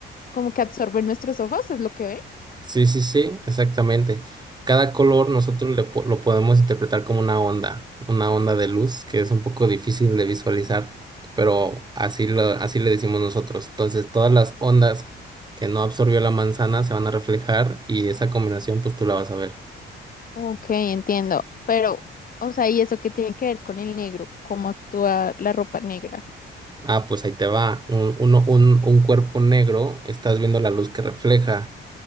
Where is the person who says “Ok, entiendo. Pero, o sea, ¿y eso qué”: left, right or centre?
Left